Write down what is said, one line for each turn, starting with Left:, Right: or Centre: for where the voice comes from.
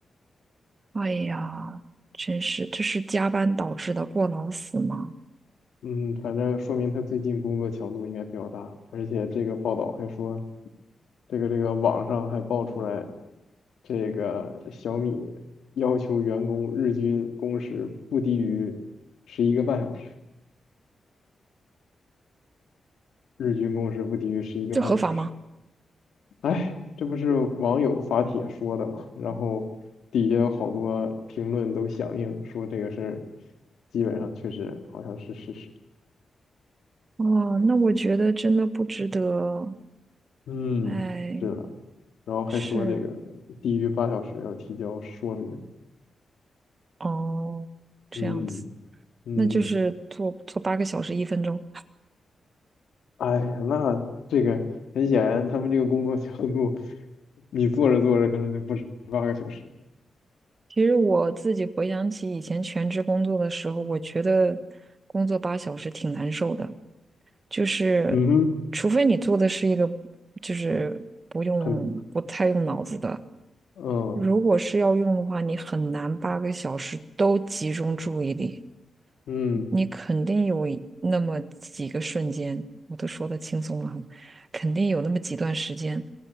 Right: 哎呀，真是，这是加班导致的过劳死吗？
Left: 嗯，反正说明他最近工作强度应该比较大，而且这个报道还说，这个这个网上还爆出来，这个小米要求员工日均工时不低于十一个半小时，日均工时不低于十一个半小时。
Right: 这合法吗？
Left: 哎，这不是网友发帖说的嘛，然后底下有好多评论都响应说这个事儿，基本上确实好像是事实。
Right: 哦，那我觉得真的不值得。
Left: 嗯，
Right: 哎，
Left: 是的，然后还说这个低于八小时要提交说明。
Right: 是，哦，这样子，
Left: 嗯嗯，
Right: 那就是做做八个小时一分钟。
Left: 哎呀，那这个很显然他们这个工作强度，你做着做着可能就不止八个小时。
Right: 其实我自己回想起以前全职工作的时候，我觉得工作八小时挺难受的，就是除非你做的是一个
Left: 嗯哼，
Right: 就是不用不太用脑子的，
Left: 很，嗯
Right: 如果是要用的话，你很难八个小时都集中注意力，
Left: 嗯，
Right: 你肯定有一那么几个瞬间，我都说的轻松了很，肯定有那么几段时间